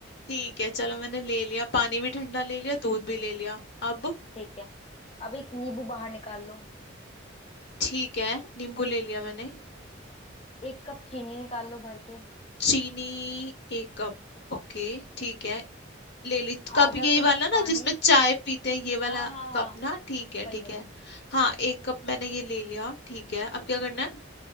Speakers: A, on the left; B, on the left.
A: ठीक है चलो मैंने ले लिया पानी भी ठंडा ले लिया दूध भी ले लिया अब
B: ठीक है अब एक नींबू बाहर निकाल लो
A: ठीक है नींबू ले लिया मैंने
B: एक कप चीनी निकाल लो भर के
A: चीनी एक कप ओके ठीक है ले ली कप
B: आधा
A: यही
B: कप
A: वाला ना
B: पानी
A: जिसमें चाय पीते हैं ये
B: हाँ
A: वाला
B: हाँ हाँ
A: कप ना ठीक है
B: वही
A: ठीक
B: वही
A: है हाँ एक कप मैंने ये ले लिया ठीक है अब क्या करना है